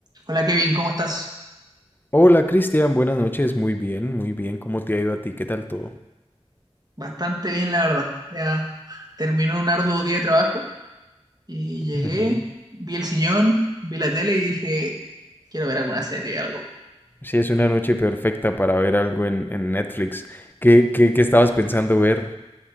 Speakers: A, on the right; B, on the left.
A: Hola Kevin, ¿cómo estás?
B: Hola Cristian, buenas noches. Muy bien, muy bien. ¿Cómo te ha ido a ti? ¿Qué tal todo?
A: Bastante bien, la verdad. Ya terminó un arduo día de trabajo y llegué,
B: Ujú.
A: vi el sillón, vi la tele y dije, quiero ver alguna serie, algo.
B: Sí, es una noche perfecta para ver algo en, en Netflix. ¿Qué, qué, qué estabas pensando ver?